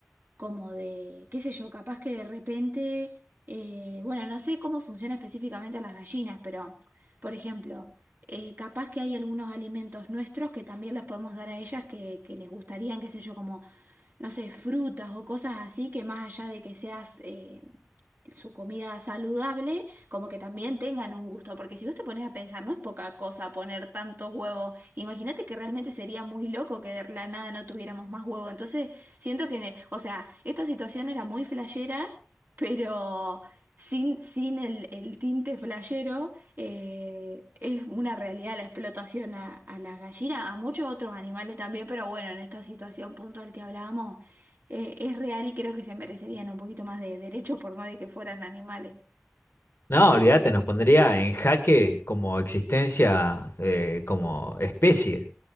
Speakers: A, on the right; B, on the left.
A: como de, qué sé yo, capaz que de repente, eh, bueno, no sé cómo funciona específicamente las gallinas, pero, por ejemplo, eh, capaz que hay algunos alimentos nuestros que también les podemos dar a ellas que, que les gustarían, qué sé yo, como no sé, frutas o cosas así que más allá de que seas eh, su comida saludable, como que también tengan un gusto, porque si vos te pones a pensar, no es poca cosa poner tantos huevos, imagínate que realmente sería muy loco que de la nada no tuviéramos más huevo, entonces siento que, o sea, esta situación era muy flashera, pero sin, sin el, el tinte flashero. Eh, es una realidad la explotación a, a la gallina, a muchos otros animales también, pero bueno, en esta situación puntual que hablábamos, eh, es real y creo que se merecerían un poquito más de derecho por más de que fueran animales.
B: No, olvídate, nos pondría en jaque como existencia, eh, como especie.